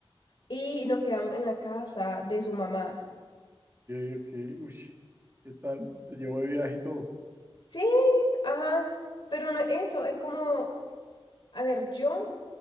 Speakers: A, on the left; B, on the right.
A: y nos quedamos en la casa de su mamá.
B: ok, ok, uy, ¿qué tal? Te llevo de viaje y todo,
A: Sí, ajá, pero no es eso, es como, a ver, yo...